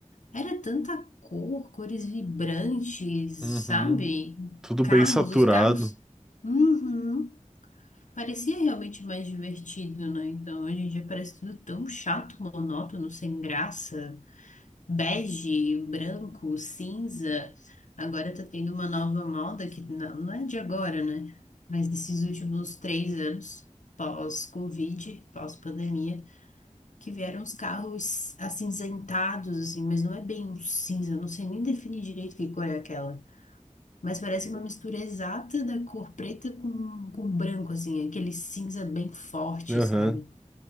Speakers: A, on the left (about 85°); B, in the centre.
A: era tanta cor, cores vibrantes,
B: Uhum.
A: sabe?
B: Tudo
A: Carros,
B: bem saturado.
A: os carros. Uhum. Parecia realmente mais divertido, né? Então, hoje em dia parece tudo tão chato, monótono, sem graça, bege, branco, cinza. Agora tá tendo uma nova moda que não, não é de agora, né? Mas desses últimos três anos, pós-Covid, pós-pandemia, que vieram os carros acinzentados, assim, mas não é bem um cinza, eu não sei nem definir direito que cor é aquela. Mas parece uma mistura exata da cor preta com, com branco, assim, aquele cinza bem forte,
B: Aham.
A: sabe?